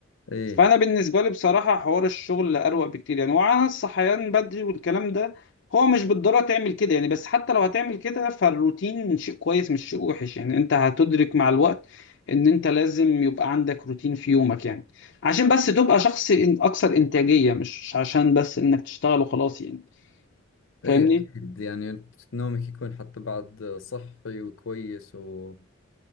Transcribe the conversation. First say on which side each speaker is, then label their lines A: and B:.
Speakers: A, on the left (about 80°); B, on the left (about 65°).
A: إيه
B: فانا بالنسبه لي بصراحه حوار الشغل اروق بكتير يعني وعلى الصحيان بدري والكلام ده هو مش بالضروره تعمل كده يعني بس حتى لو هتعمل كده فالروتين شيء كويس مش شيء وحش يعني انت هتدرك مع الوقت ان انت لازم يبقى عندك روتين في يومك يعني عشان بس تبقى شخص إن- اكثر انتاجيه مش عشان بس انك تشتغل وخلاص يعني
A: إيه
B: فاهمني
A: أكيد يعني نومك يكون حتى بعد صحي وكويس و...